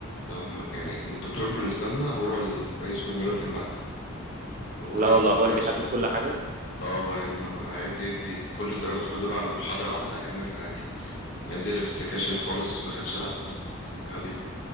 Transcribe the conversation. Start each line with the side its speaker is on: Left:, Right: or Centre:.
Left: أم- يعني الدكتور بالنسبة لنا هو ال- رئيس جمهورية المادة هو
Right: لا
Left: هيعمل
Right: والله
Left: اللي هو
Right: هو
Left: عايزه
Right: اللي بيحدد كل حاجة
Left: اه هيعمل- هو عايز يدي كل درجات الحضور على محاضرة واحدة هيعملها عادي عايز يلغي السكاشن خالص ما كانش عليها حضور عادي يقول